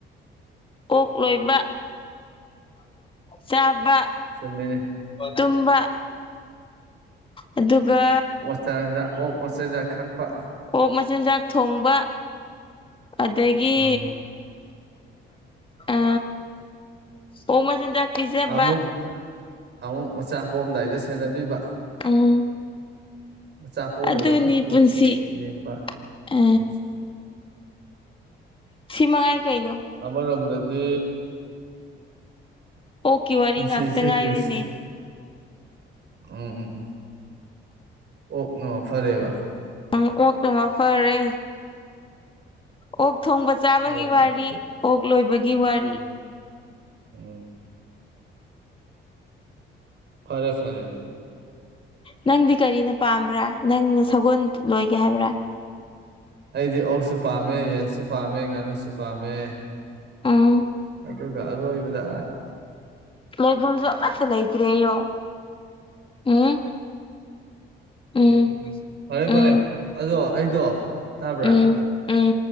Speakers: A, on the left; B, on the right.
A: ꯑꯣꯛ ꯂꯣꯏꯕ ꯆꯥꯕ
B: ꯆꯨꯝꯃꯤꯅꯦ
A: ꯇꯨꯝꯕ ꯑꯗꯨꯒ
B: ꯆꯔꯒ ꯑꯣꯛ ꯃꯆꯤꯟꯆꯥꯛ ꯊꯥꯛꯄ
A: ꯑꯣꯛ ꯃꯆꯤꯟꯖꯥꯛ ꯊꯣꯡꯕ ꯑꯗꯒꯤ
B: ꯎꯝ
A: ꯑ ꯑꯣꯛ ꯃꯆꯤꯟꯖꯥꯛ ꯄꯤꯖꯕ
B: ꯑꯃꯨꯛ ꯑꯃꯨꯛ ꯃꯆꯥ ꯄꯣꯛꯑꯝꯗꯥꯏꯗ ꯁꯦꯟꯅꯕꯤꯕ
A: ꯎꯝ
B: ꯑꯆꯥꯄꯣꯛꯂꯒ
A: ꯑꯗꯨꯅꯤ
B: ꯑꯃꯨꯛ ꯂꯨ
A: ꯄꯨꯟꯁꯤ
B: ꯌꯦꯡꯕ
A: ꯑ
B: ꯎꯝ
A: ꯁꯤ ꯃꯉꯥꯏ ꯀꯩꯅꯣ
B: ꯑꯃꯔꯣꯝꯗꯗꯤ
A: ꯑꯣꯛꯀꯤ ꯋꯥꯔꯤ
B: ꯄꯨꯟꯁꯤꯁꯦ
A: ꯉꯥꯛꯇ ꯉꯥꯏꯔꯦꯅꯦ
B: ꯀ꯭ꯔꯤꯁ ꯎꯝ ꯎꯝ ꯎꯝ ꯑꯣꯛꯅ ꯐꯔꯦꯕ
A: ꯎꯝ ꯑꯣꯛꯅ ꯃꯐꯔꯦ ꯑꯣꯛ ꯊꯣꯡꯕ ꯆꯥꯕꯒꯤ
B: ꯐꯔꯦ
A: ꯋꯥꯔꯤ
B: ꯐꯔꯦ
A: ꯑꯣꯛ ꯂꯣꯏꯕꯒꯤ ꯋꯥꯔꯤ
B: ꯎꯝ ꯎꯝ ꯐꯔꯦ ꯐꯔꯦ ꯑꯗꯨꯗꯤ
A: ꯅꯪꯗꯤ ꯀꯔꯤꯅ ꯄꯥꯝꯕ꯭ꯔꯥ ꯅꯪꯅ ꯁꯒꯣꯜ ꯂꯣꯏꯒꯦ ꯍꯥꯏꯕ꯭ꯔꯥ
B: ꯑꯩꯗꯤ ꯑꯣꯛꯁꯨ ꯄꯥꯝꯃꯦ ꯌꯦꯟꯁꯨ ꯄꯥꯝꯃꯦ ꯉꯥꯅꯨꯁꯨ ꯄꯥꯝꯃꯦ
A: ꯎꯝ
B: ꯑꯗꯨꯒ ꯑꯔꯣꯏꯕꯗ
A: ꯂꯩꯐꯝꯁꯨ ꯑꯃꯁꯠꯇ ꯂꯩꯇ꯭ꯔꯦ ꯑꯌꯣ ꯎꯝ ꯎꯝ
B: ꯐꯔꯦ ꯐꯔꯦ
A: ꯎꯝ
B: ꯑꯗꯣ ꯑꯩꯗꯣ ꯇꯥꯕ꯭ꯔꯥ
A: ꯎꯝ ꯎꯝ